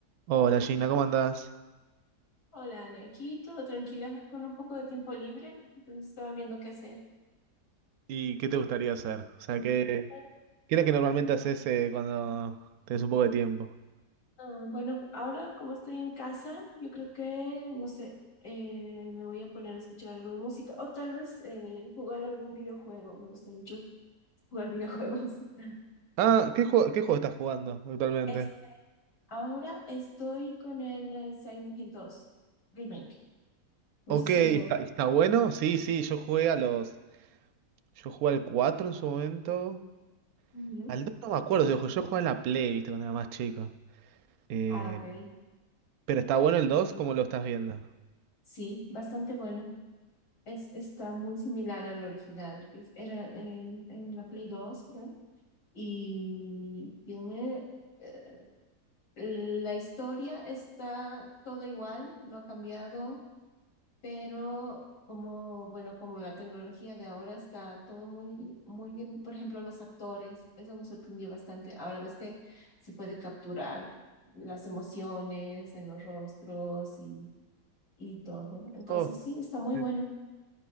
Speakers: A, on the right; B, on the left.
A: Hola Gina, ¿cómo andás?
B: Hola, Ale, aquí todo tranquila, con un poco de tiempo libre, entonces estaba viendo qué hacer.
A: ¿Y qué te gustaría hacer? O sea,
B: Mm.
A: ¿qué,
B: Bueno,
A: <laughs> qué es lo que normalmente haces eh, cuando tenés un poco de tiempo?
B: ah, bueno, ahora como estoy en casa, yo creo que, no sé, eh, me voy a poner a escuchar algo de música o tal vez eh, jugar algún videojuego. Me gusta mucho jugar videojuegos. <laughs>
A: Ah, ¿qué juego, qué juego estás jugando actualmente?
B: Este, ahora estoy con el eh, Silent Hill 2 Remake. No
A: Ok,
B: sé si
A: ¿está,
B: lo...
A: está bueno? Sí, sí, yo jugué a los... Yo jugué al 4 en su momento.
B: Ujú.
A: Al 2 no me acuerdo, yo jugué, yo jugué en la Play, viste, cuando era más chico. Eh,
B: Ah, ok.
A: pero ¿está bueno el dos, ¿Cómo lo estás viendo?
B: Sí, bastante bueno. Es, está muy similar al original. que Era en, en la Play dos creo. Y tiene... eh, la historia está toda igual, no ha cambiado, pero como, bueno, como la tecnología de ahora está todo muy, muy bien. Por ejemplo, los actores, eso me sorprendió bastante. Ahora ves que se puede capturar las emociones en los rostros y, y todo. Entonces,
A: Oh,
B: sí, está muy
A: sí.
B: bueno.